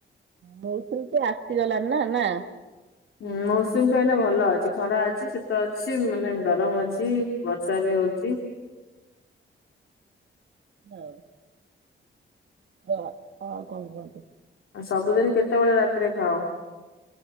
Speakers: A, on the right; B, on the left.
A: ମଉସୀ ତ ଆସିଗଲାଣି ନା ନା।
B: ହଁ ମୌସୁମୀ ପାଇଁ ନା ଭଲ ଅଛି ଖରା ଅଛି ଶୀତ ଅଛି ମାନେ ଗରମ ଅଛି ବର୍ଷା
A: ଓହୋ।
B: ବି ହଉଛିି
A: ହଉ। ହ ହଉ କଣ କୁହନ୍ତୁ?
B: ଆ ସବୁଦିନ କେତେବେଳେ ରାତିରେ ଖାଅ?